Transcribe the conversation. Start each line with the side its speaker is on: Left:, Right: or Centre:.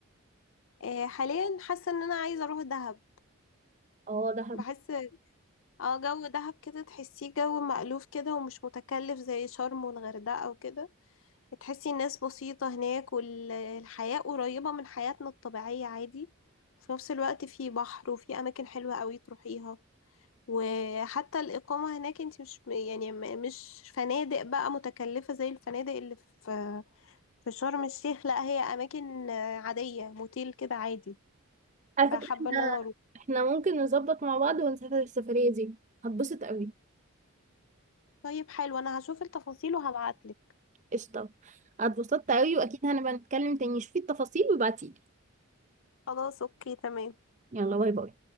Left: آه، حاليا حاسه ان انا عايزه اروح دهب
Right: اه دهب
Left: بحس اه جو دهب كده تحسيه جو مألوف كده ومش متكلف زي شرم والغردقه وكده تحسي الناس بسيطة هناك والحياة قريبة من حياتنا الطبيعية عادي وفي نفس الوقت في بحر وفي أماكن حلوة قوي تروحيها وحتى الإقامة هناك انت مش يعني م- مش فنادق بقى متكلفة زي الفنادق اللي في في شرم الشيخ لا هي أماكن عادية موتيل كده عادي
Right: على
Left: فحابة
Right: فكرة احنا
Left: إن أنا أروح
Right: احنا ممكن نظبط مع بعض ونسافر السفرية دي هتبسط قوي
Left: طيب حلو أنا هشوف التفاصيل وهبعتلك
Right: قشطة اتبسطت قوي واكيد هنبقى نتكلم تاني شوفي التفاصيل وابعتيلي
Left: خلاص أوكي تمام
Right: يلا باي باي